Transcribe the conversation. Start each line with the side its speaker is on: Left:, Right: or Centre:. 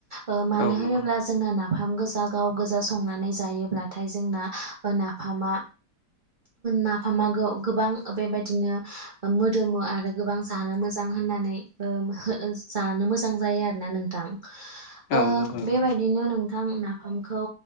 Right: ओ मानो
Left: औ
Right: होनोब्ला
Left: नंगौ
Right: जोंना नाफाम। नाफाम गोजा गाव गोजा संनानै जायोब्लाथाय जोंना नाफामा। नाफामागौ गोबां बेबायद। बिदिनो मोदोमो आरो गोबां जानो मोजां होननानै ओ जानो मोजां जाय। जायो‌ आरोना नोंथां
Left: औ
Right: ओ
Left: नंगौ नंगौ
Right: बेबायदिनो नोंग। दां नाफामखौ